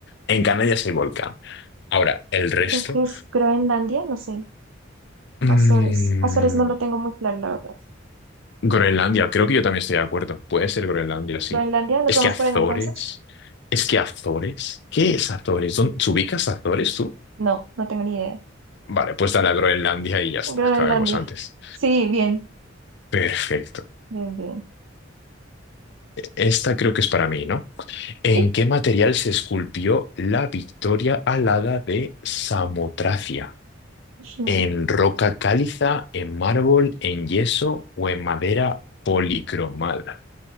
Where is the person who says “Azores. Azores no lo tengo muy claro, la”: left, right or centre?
Right